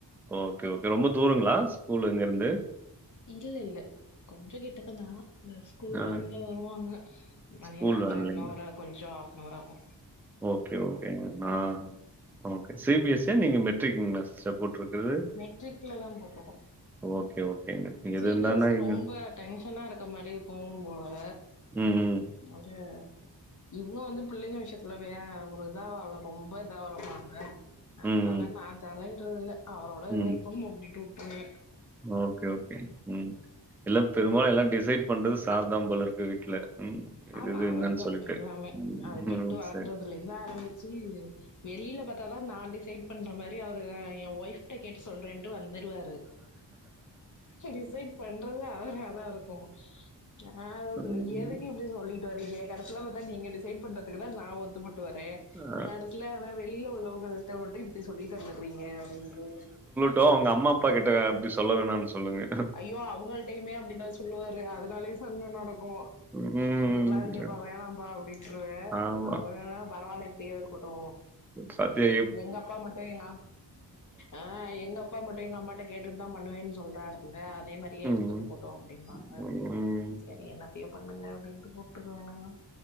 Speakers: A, in the centre; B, on the left.
A: ஓகே ஓகே ரொம்ப தூரங்களா ஸ்கூல் இங்க இருந்து
B: இல்ல இல்ல கொஞ்ச கிட்டக்க தா இந்த ஸ்கூல்
A: ஓகே ஆ
B: வேன்ல வருவாங்க மணி
A: ஸ்கூல்
B: நால்ற
A: வேன்லைங்களா?
B: இன்னு ஒரு கொஞ்சோ ஆப் ஹனவர் ஆகு
A: ஓகே ஓகேங்க நா okay C B S C யா நீங்க மெட்ரிக்குங்ளா சப்போட் இருக்கிறது
B: மெட்ரிக்ல தான் போட்டிருக்கோம்.
A: ஓகே ஓகேங்க
B: சி
A: எது இருந்தாலும்
B: பி எஸ் சி
A: எங்க
B: ரொம்ப டென்ஷனா இருக்க மாரி தோணும் போலா
A: ம், ம்.
B: ஒகே இவ்ளோ வந்து பிள்ளைங்க விஷயத்துல வேற ஒரு இதா இல்ல ரொம்ப இதா வளப்பாங்க
A: ம்,
B: அதல்லா நா தலையிடுரதில்ல அவரோட
A: ம்.
B: விருப்பம் அப்டின்ட்டு விட்டுருவே
A: ஓகே ஓகே. ம் எல்லா பெருபாலும் எல்லா டிசைட் பண்றது சார்தாம் போல இருக்கு வீட்ல ம் இது
B: ஆமா
A: இது
B: அவர்தா
A: என்னன்னு சொல்லிட்டு.
B: எல்லாமே
A: ம்,
B: அத பெட்டு
A: ம்.
B: வளர்க்கறதுல
A: சரி.
B: இருந்து ஆரம்பிச்சு வெளியில பாத்தாதா நா டிசைட் பண்ற மாரி அவரு என் வைஃப்ட கேட்டு சொல்றேன்ட்டு வந்துருவாரு டிசைட் பண்றது அவர தா இருக்கு ஆ
A: ம்.
B: அதுல எதுக்கு இப்டி சொல் லிட்டு வர்றீங்க கடைசில பாத்தா நீங்க டிசைட் பண்றதுக்கு தா நா ஒத்துப்பட்டு வரே
A: ஆ
B: கடசில ஆனா வெளி வெளிய உள்ளவங்கள்ட்ட மட்டு இப்டி சொல்லிட்டு வந்தீர்ரீங்க அப்டின்டு
A: சோ உங்க அம்மா அப்பா கிட்ட அப்டி சொல்ல வேணாம்னு சொல்லுங்க
B: ஐயோ அவுங்கள் டையுமே அப்டிதா சொல்லுவாரு அதனாலயே சண்ட நடக்கு
A: ம்.
B: சொல்லாதீங்கப்பா வேணாம்பா அப்டின்ருவே
A: ஆமா.
B: அவரு ஆனா பரவாயில்ல இப்டியே இருக்கட்டு
A: சத்தே
B: எங்க அப்பா மட்டு எங்க ஆ எங்க அப்பா மட் டு எங்க அம்மாட்ட கேட்டு தா பண்ணுவேன்னு சொல்றாரு இல்ல அதே மாதிரியே
A: ம்.
B: இருந்துட்டு போட்டோம் அப்டிம்பாங்க
A: ம்.
B: சரி என்னத்தயோ பண்ணுங்க அப்டின்ட்டு போ ட்ருவானுங்க